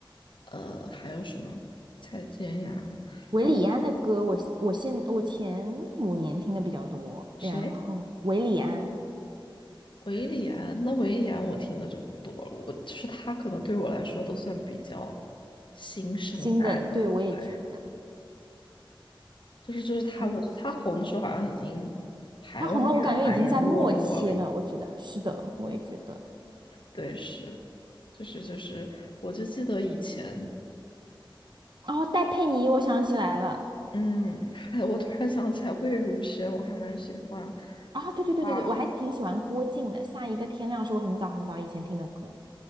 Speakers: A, on the left; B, on the right.
A: 呃，还有什么蔡健雅，
B: 韦礼安的歌我，
A: 然后
B: 我现我前五年听的比较多，
A: 谁？
B: 然后韦礼安
A: 维里安，那维里安我听的就不多了，我就是他可能对我来说都算比较新生代的了，
B: 新的，对，我也觉得，
A: 对，就是就是他，
B: 还有
A: 我觉得他红的时候好像已经台湾乐坛也没落了一，
B: 他红了，我感觉已经在末期了，我觉得是的，我也觉得。
A: 对，是，就是就是，我就记得以前，
B: 哦，戴佩妮，我想起来了，
A: 嗯，还我突然想起来魏如萱，我还蛮喜欢
B: 啊、对对对对对，
A: 哇
B: 我还挺喜欢郭靖的，《下一个天亮》是我很早很早以前听的歌，